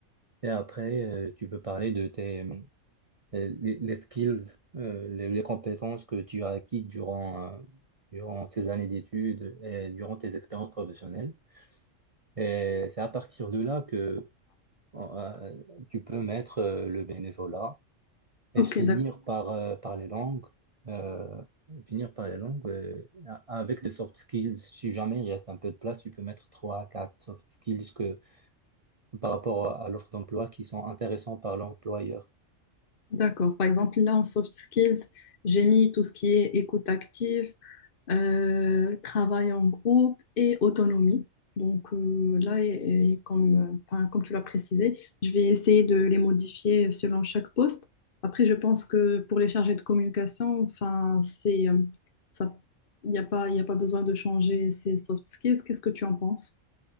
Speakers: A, on the right; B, on the left.
A: Et après, euh, tu peux parler de tes, euh, les, les skills, euh, les, les compétences que tu as acquises durant, euh, durant ces années d'études et durant tes expériences professionnelles. Et c'est à partir de là que euh, tu peux mettre euh, le bénévolat et
B: Ok,
A: finir
B: d'accord.
A: par, euh, par les langues, euh, finir par les langues euh, avec des soft skills. Si jamais il reste un peu de place, tu peux mettre 3 à 4 soft skills que, par rapport à l'offre d'emploi qui sont intéressants par l'employeur.
B: D'accord. Par exemple, là, en soft skills, j'ai mis tout ce qui est écoute active, euh, travail en groupe et autonomie. Donc euh, là, et- et comme, euh, enfin, comme tu l'as précisé, je vais essayer de les modifier selon chaque poste. Après, je pense que pour les chargés de communication, enfin, c'est, euh, ça, il n'y a pas, il y a pas besoin de changer ces soft skills. Qu'est-ce que tu en penses?